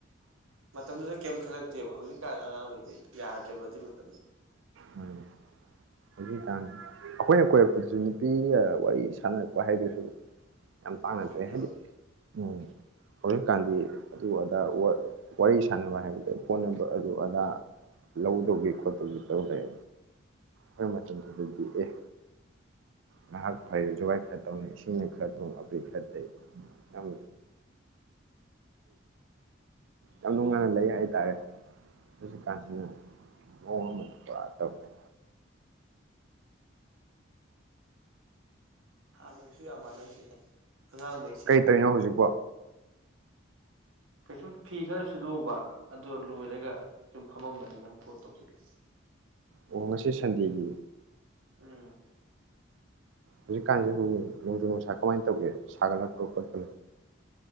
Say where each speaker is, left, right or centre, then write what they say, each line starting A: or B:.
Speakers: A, on the right; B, on the right.
A: ꯃꯇꯝꯗꯨꯗ ꯀꯦꯝ ꯈꯜꯂꯛꯇꯦꯕ ꯍꯧꯖꯤꯛ ꯍꯧꯖꯤꯛꯀꯥꯟ ꯑꯉꯥꯡ ꯈꯩꯗꯤ ꯌꯥꯗ꯭ꯔꯦꯕ ꯑꯗꯨꯏ ꯃꯇꯝ
B: ꯎꯝ ꯍꯧꯖꯤꯛꯀꯥꯟ ꯑꯩꯈꯣꯏꯅ ꯀꯣꯏꯔꯛꯄꯗꯁꯨ ꯅꯨꯄꯤ ꯋꯥꯔꯤꯁꯅꯔꯛꯄ ꯍꯥꯏꯗꯨꯁꯨ ꯌꯥꯝ ꯇꯥꯡꯅ
A: ꯑꯣꯏꯗꯦꯕ
B: ꯊꯣꯛꯑꯦ ꯍꯥꯏꯗꯤ ꯎꯝ ꯍꯧꯖꯤꯛꯀꯥꯟꯗꯤ ꯑꯗꯨ ꯑꯗꯥ ꯑꯣꯔ ꯋꯥꯔꯤ ꯁꯥꯟꯅꯕ ꯍꯥꯏꯕꯗꯣ ꯐꯣꯟ ꯅꯝꯕꯔ ꯑꯗꯨ ꯑꯗꯥ ꯂꯧꯗꯧꯒꯤ ꯈꯣꯠꯇꯧꯒꯤ ꯇꯧꯂꯩ ꯈꯣꯏ ꯃꯇꯝ ꯗꯨꯗꯗꯤ ꯑꯦ ꯉꯥꯍꯥꯛ ꯐꯥꯒꯤ ꯖꯣꯒꯥꯏ ꯈꯔ ꯇꯧꯅꯩ ꯏꯁꯤꯡꯅ ꯈꯔ ꯇꯧ ꯑꯕꯦꯔꯅ ꯈꯔ ꯇꯩ ꯌꯥꯝ ꯌꯥꯝ ꯅꯨꯡꯉꯥꯏꯅ ꯂꯩ ꯍꯥꯏ ꯇꯥꯔꯦ ꯍꯧꯖꯤꯛ ꯀꯥꯟꯁꯤꯅ ꯃꯑꯣꯡ ꯑꯃꯗ ꯄꯨꯔꯥ
A: ꯍꯥꯟꯅꯁꯨ ꯌꯥꯝ ꯃꯥꯟꯅꯗ꯭ꯔꯦꯗ ꯑꯉꯥꯡꯉꯩꯁꯦ
B: ꯀꯩ ꯇꯧꯔꯤꯅꯣ ꯍꯧꯖꯤꯛꯄꯣ
A: ꯀꯩꯁꯨꯝ ꯐꯤ ꯈꯔ ꯁꯨꯗꯣꯛꯎꯕ ꯑꯗꯗꯣ ꯂꯣꯏꯔꯒ ꯁꯨꯝ ꯐꯝꯃꯝꯕꯅꯤ ꯅꯪ ꯐꯣꯟ ꯇꯧꯁꯤꯜꯂꯛꯑꯦ
B: ꯑꯣ ꯉꯁꯤ ꯁꯟꯗꯦꯒꯤ
A: ꯎꯝ
B: ꯍꯧꯖꯤꯛꯀꯥꯟꯁꯤꯕꯨ ꯅꯣꯡꯖꯨ ꯅꯨꯡꯁꯥ ꯀꯃꯥꯏꯅ ꯇꯧꯒꯦ ꯁꯥꯒꯠꯂꯛꯄ ꯈꯣꯠꯄ